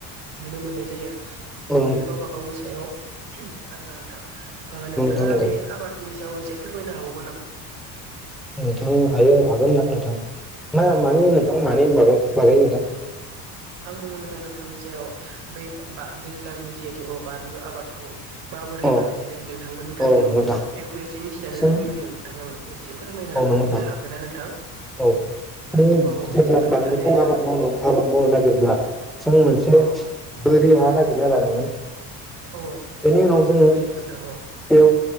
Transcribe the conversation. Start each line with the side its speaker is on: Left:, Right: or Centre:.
Right: नुनो मोननाय जायो
Centre: औ
Right: बे गावबा गावनि सायाव आरोना नोंथां ओ नोंथाङा
Centre: नंगौ नोंथां औ नोंथां नंगौ
Right: बे आबादनि सायाव एसे फोरमायनो हाबावो
Centre: नोंथां हायो हागोन ना नोंथां <unintelligible> माबा
Right: औ
Centre: मागाय नोंथां
Right: आङो दा नोंथांनि सायाव बे दैज्लांनि जिहेथु अ बानलु आबादखौ माबोरै
Centre: अ
Right: बानायनाय जायो नोंथांमोननि गामियाव
Centre: औ नंगौ नोंथां
Right: बेखौ एसे मिथिजानो
Centre: जों
Right: लुबैदोंमोन नोंथाङा आङो एसे फोरमायना
Centre: औ नंगौ नोंथां
Right: होनो हागोनना नोंथां
Centre: औ जों
Right: औ
Centre: जेब्ला
Right: एसे फोरमायना
Centre: बानलुखौ
Right: होलाय नोंथां
Centre: आबाद मावनो आबाद माव नो नागिरब्ला जों मोनसे
Right: औ
Centre: बोरि हा नागिरना लानांगोन
Right: औ
Centre: बेनि उनाव जोङो
Right: नंगौ सैथो नोंथां औ
Centre: बेयाव